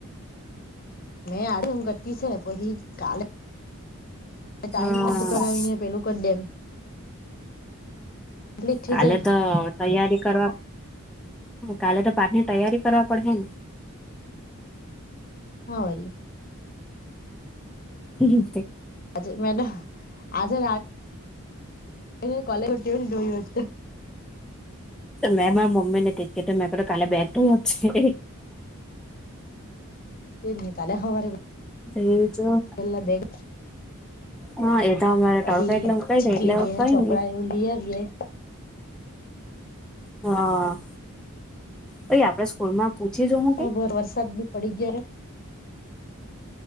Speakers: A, on the left; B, in the centre.
A: મેં આડું એમ ઘટી છે પછી કાલ ટાઈમ
B: હા
A: નથી કરઢાવીને પેલું કરી દેમ. કમ્પ્લીટ થઈ
B: કાલે
A: જાય
B: તો તૈયારી કરવા કાલે તો પાઠ ની તૈયારી કરવા પડેશે.
A: હ વરી.
B: હે
A: આજે મેડ, આજે એ કોલે કુરતીઓ ની ધોઈ તું.
B: મેં માર મમ્મી ને કે તો મેં કાલે બેગ ધોઈ આપ જે.
A: તે ની કાલે હવારે
B: તે એજ
A: પેલા બેગ
B: હા એ તો અમારે
A: પછી
B: તડકો એટલે હુકાઈ
A: ચીખલી
B: ગઈ એટલે
A: ગઈને
B: કઈ
A: ચોપડા
B: નઈ
A: એવું લઈ આવીએે.
B: હા, પ આપડે સ્કૂલમાં પૂછી જ હું
A: હા ભોર વરસાદ બી પડી ગયા રે.